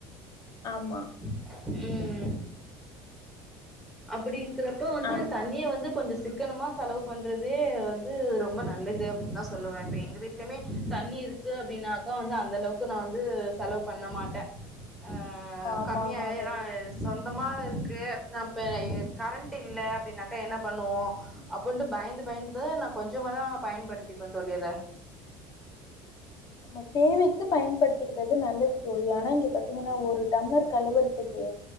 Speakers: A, on the left; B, in the centre.
A: ஆமா
B: ம் அப்டி இருக்குறப்போ வந்து
A: ஆம்
B: தண்ணிய வந்து கொஞ்சோ சிக் கனமா செலவு பண்றதே வந்து ரொம்ப நல்லது அப்டின்னு தா சொல்லுவே இப்ப எங்க வீட்லயுமே தண்ணி இருக் கு அப்படினாக்கா வந்து அந்த அளவுக்கு நா வந்து செலவு பண்ண மாட்டே ஆ அ
A: ஆமா
B: கம்மியாவேதா
A: ஆமா தோழி
B: சொந் தமாருக்கு நம்ப கரண்ட்டு இல்ல அப்டின்னாக்கா என்ன பண்ணுவோ அப்புன்ட்டு பயந்து பயந்து நா கொஞ்சமாதா பயன்படுத்திப்பே தோழிஅத
A: நம்ப தேவைக்கு பயன்படுத்திக்கிறது நல்லது தோழி ஆனா இங்க பாத்தீங்கன்னா ஒரு டம்ளர் கழுவறதுக்கே